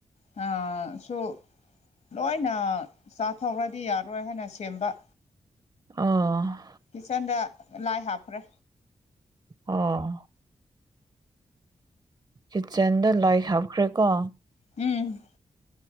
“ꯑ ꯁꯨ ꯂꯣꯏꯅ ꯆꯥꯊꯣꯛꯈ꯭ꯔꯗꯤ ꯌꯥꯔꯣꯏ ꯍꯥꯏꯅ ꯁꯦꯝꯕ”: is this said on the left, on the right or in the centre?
Left